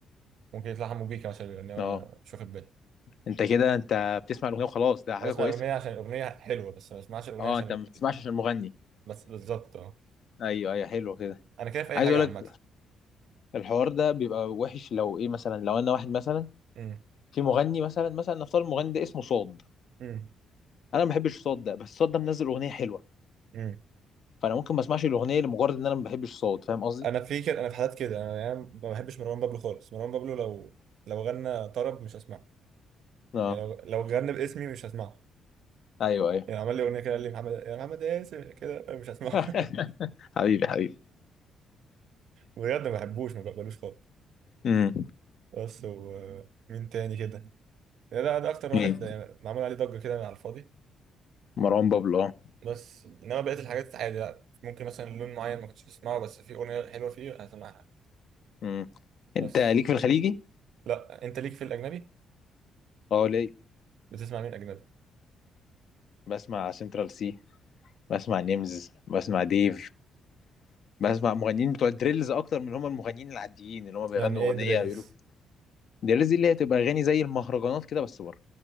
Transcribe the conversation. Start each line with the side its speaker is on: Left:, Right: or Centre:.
Right: ممكن يطلع حمو بيكا مثلا بيغنيها وانا
Left: اه
Right: مش واخد بالي
Left: انت كده انت بتسمع الاغنيه وخلاص ده حاجه
Right: انا بسمع
Left: كويسه
Right: الاغنيه عشان الاغنيه حلوه بس ما بسمعش الاغنيه
Left: اه
Right: عشان
Left: انت ما بتسمعش عشان المغني
Right: بس بالظبط اه
Left: ايوه ايوه حلو كده
Right: انا كده في اي
Left: عايز
Right: حاجه
Left: اقول
Right: عامه
Left: لك الحوار ده بيبقى وحش لو ايه مثلا لو انا واحد مثلا
Right: امم
Left: في مغني مثلا مثلا نفترض المغني ده اسمه صاد
Right: امم
Left: انا ما بحبش صاد ده بس صاد ده منزل اغنيه حلوه
Right: امم
Left: فانا ممكن ما اسمعش الاغنيه لمجرد ان انا ما بحبش صاد فاهم قصدي
Right: انا في كده انا في حالات كده انا يعني ما بحبش مروان بابلو خالص مروان بابلو لو لو غنى طرب مش هسمعه
Left: اه
Right: يعني لو لو غنى باسمي مش هسمعه
Left: ايوه ايوه
Right: يعني عمل لي اغنيه كده قال لي محمد يا محمد اسم كده مش هسمعه
Left: <laughs>
Right: <laughs>
Left: حبيبي حبيبي
Right: بجد ما بحبوش ما بقبلوش خالص
Left: امم
Right: بس ومين تاني كده لا ده ده اكتر
Left: مين
Right: واحد يعني معمول عليه ضجه كده على الفاضي
Left: مروان بابلو اه
Right: بس انما بقيه الحاجات عادي لا ممكن مثلا لون معين ما كنتش بسمعه بس في اغنيه حلوه فيه هسمعها
Left: امم انت
Right: بس
Left: ليك في الخليجي
Right: لا انت ليك في الاجنبي
Left: اه ليه
Right: بتسمع مين اجنبي
Left: بسمع سنترال سي بسمع نيمز بسمع ديف بسمع مغنيين بتوع الدريلز اكتر من هم المغنيين العاديين اللي هم بيغنوا
Right: يعني ايه
Left: اغنيه
Right: دريلز
Left: يقولوا الدريلز دي اللي هي تبقى اغاني زي المهرجانات كده بس بره